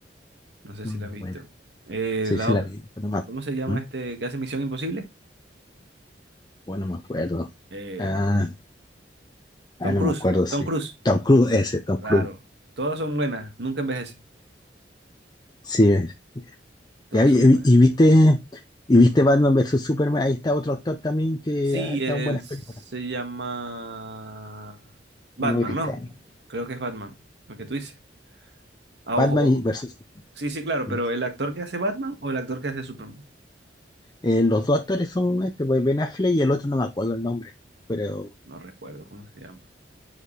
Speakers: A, on the right (about 65°); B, on the left (about 25°).
A: No sé
B: Mm,
A: si la has visto.
B: Bueno,
A: Eh,
B: sí,
A: la
B: sí, la
A: o-
B: vi, pero no me,
A: ¿cómo
B: ac-
A: se llama
B: ¿Mm?
A: este que hace Misión Imposible?
B: Bueno, no me acuerdo.
A: Eh,
B: Ah,
A: Tom
B: ah, no
A: Cruise.
B: me acuerdo, sí.
A: Tom Cruise.
B: Tom Cruise, ese, Tom
A: Claro.
B: Cruise.
A: Todas son buenas. Nunca envejece.
B: Sí, eh,
A: Todas
B: Ya, y,
A: son
B: y
A: buenas.
B: y viste, y viste Batman versus Superman, ahí está otro actor también que
A: Sí,
B: ha estado
A: él
B: en buenas
A: se
B: películas,
A: llama Batman,
B: Uno británico.
A: ¿no? Creo que es Batman, lo que tú dices. Ah,
B: Batman
A: ojo, ojo.
B: y versus
A: Sí, sí, claro,
B: Mm.
A: pero ¿el actor que hace Batman o el actor que hace Superman?
B: Eh, los dos actores son este, pues Ben Affleck y el otro no me acuerdo el nombre, pero
A: No recuerdo cómo se llama.